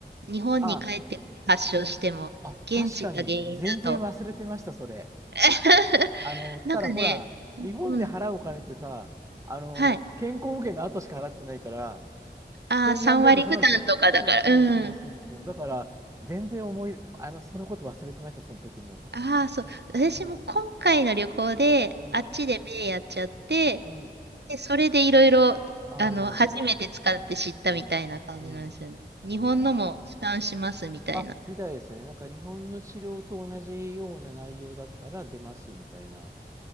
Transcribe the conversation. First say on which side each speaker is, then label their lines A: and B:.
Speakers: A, on the right (about 70°); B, on the right (about 15°).
A: 日本に帰って発症しても、
B: あ、あ、
A: 現地が原因だと。
B: 確かに、全然忘れてました、それ。
A: <laughs>
B: あの、ただほら、
A: なんかね、うんうん。
B: 日本で払うお金ってさ、あの、
A: はい。
B: 健康保険の後しか払ってないから、
A: ああ、
B: 千何百円、
A: 3割負担とかだから。
B: そんなのしかない。そうそうそうそうそう。
A: うん。
B: だから、全然思い、あの、そのこと忘れてました、その時も。
A: ああ、そう。私も今回の旅行で、
B: うん、うん、
A: あっちで目やっちゃって、
B: うん。
A: で、それでいろいろ、
B: ああ、
A: あの、
B: なるほど。
A: 初めて使って知ったみたいな感じなんですよね。
B: うん。うん。
A: 日本のも負担しますみたいな。
B: ねえ。あ、みたいですね。なんか日本の治療と同じような内容だったら出ますみたいな。